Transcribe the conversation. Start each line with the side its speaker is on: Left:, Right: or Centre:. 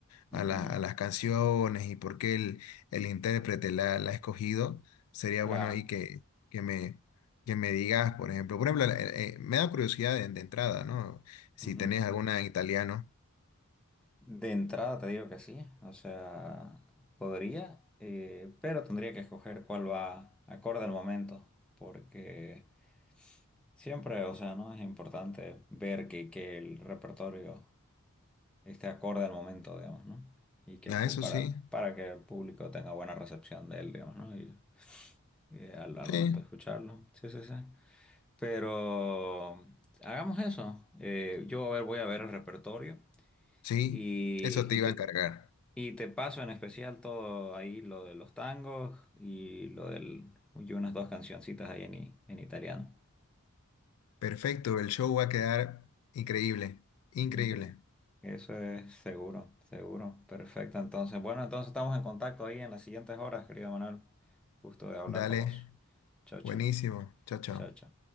Centre: ujú,
Left: a, la- a las canciones y por qué el, el intérprete la, la ha escogido, sería
Centre: claro.
Left: bueno ahí que, que me, que me digas, por ejemplo. Por ejemplo, la- eh, eh, me da curiosidad de, de entrada, ¿no? Si
Centre: ujú.
Left: tenés alguna en italiano.
Centre: De entrada te digo que sí, o sea, podría, eh, pero tendría que escoger cuál va acorde al momento, porque... Siempre, o sea, ¿no? Es importante ver que, que el repertorio esté acorde al momento, digamos, ¿no? Y que el
Left: Ah,
Centre: pu-
Left: eso
Centre: para,
Left: sí.
Centre: para que el público tenga buena recepción de él, digamos, ¿no? Y, y al, al
Left: Sí,
Centre: momento de escucharlo. Sí, sí, sí. Pero hagamos eso. Eh, yo a ver, voy a ver el repertorio
Left: sí,
Centre: y,
Left: eso te
Centre: y
Left: iba
Centre: te,
Left: a encargar.
Centre: y te paso en especial todo ahí lo de los tangos y lo del y unas dos cancioncitas ahí en, i- en italiano.
Left: Perfecto, el show va a quedar increíble, increíble.
Centre: Incre- Eso es seguro, seguro. Perfecto. Entonces, bueno, entonces estamos en contacto ahí en las siguientes horas, querido Manuel. Gusto de hablar
Left: Dale,
Centre: con vos. Chao, chao.
Left: buenísimo. Chao, chao.
Centre: Chao, chao.